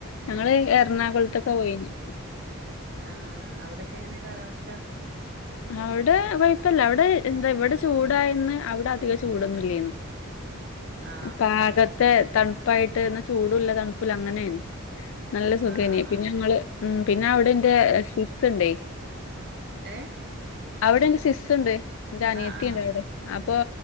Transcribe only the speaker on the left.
ഞങ്ങള്
എറണാകുളത്തൊക്കെ പോയിന്
അവിടെ കുഴപ്പല്ല അവിടെ എന്താ ഇവിടെ ചൂടായിന്ന് അവിടെ അധിക ചൂടൊന്നുംല്ലു
പാകത്തെ തണുപ്പായിട്ട് ചൂടുള്ള തണുപ്പല്ല അങ്ങനെയ നല്ല സുഖനേ
പിന്നെ
ഞങ്ങള് ഉ പിന്നെ അവിടെറെ ണ്ടേ
അവിടെ എന്റെ സിസ്ുണ്ട് ഇാന
എത്തിയണ്ട്
അവിടെ അപ്പൊ